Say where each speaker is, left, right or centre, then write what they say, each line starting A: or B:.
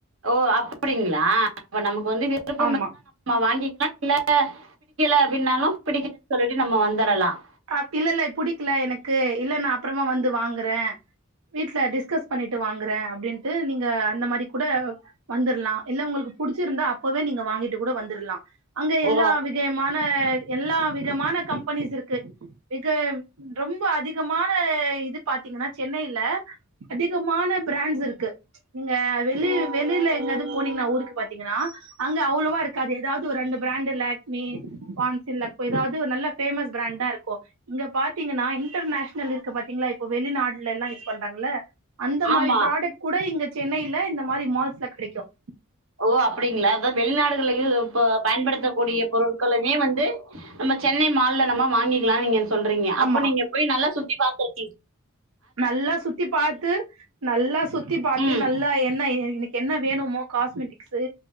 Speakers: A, on the right; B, on the right.
A: ஓ அப்டிங்களா அப்ப நமக் வந்து விருப்பம்
B: ஆமா
A: ம தான் நம்ம வாங்கிக்கலாம் இல்ல ஆ ல அப்டின்னாலும் பிடி <unintelligible> சொல்லிட்டு நம்ம வந்துரலாம்
B: அ இல்ல இல்ல புடிக்கல எனக்கு இல்ல நான் அப்பறமா வந்து வாங்குறேன் வீட்ல டிஸ்கஸ் பண்ணிட்டு வாங்குறேன் அப்படின்ட்டு நீங்க அந்த மாரி கூட வந்துரலாம் இல்ல உங்களுக்கு புடிச்சிருந்தா அப்பவே நீங்க வாங்கிட்டு கூட வந்துரலாம் அங்க எல்லா
A: ஓ!
B: விஜயமான எல்லா விதமான கம்பெனிஸ் இருக்கு <unintelligible> இது ரொம்ப அதிகமான இது பாத்தீங்கன்னா சென்னையில அதிகமான பிராண்ட்ஸ் இருக்கு நீங்க வெளியில எங்காவது போனீங்கனா ஊருக்கு பாத்தீங்கன்னா அங்க அவ்வளவா இருக்காது ஏதாவது ஒரு ரெண்டு பிராண்டுல லக்மி பான்சிலப் ஏதாவது நல்ல பேமஸ் பிராண்டா இருக்கும் இங்க பாத்தீங்கன்னா இன்டர்நேஷனல் இருக்கு பாத்தீங்களா இப்ப வெளிநாடுல எலாம் யூஸ் பண்றாங்கள அந்த
A: ஆமா.
B: மாதிரி ப்ராடக்ட் கூட இங்க சென்னையில இந்த மாரி மால்ஸ்ல கெடைக்கும்
A: ஓ அப்டிங்களா அதான் வெளிநாடுகல்லயும் பயன்படுத்தக்க கூடிய பொருட்களுமே வந்து நம்ம சென்னை மால்ல நம்ம வாங்கிக்கலாம் நீங்க சொல்றீங்க
B: ஆமா
A: அப்ப நீங்க போய் நல்லா சுத்த சுத்தி பாத்திருக்கிங்
B: நல்லா சுத்தி பாத்து நல்லா சுத்தி பாத்து
A: ம்.
B: நல்லா என்ன க்கு என்ன வேணுமோெிக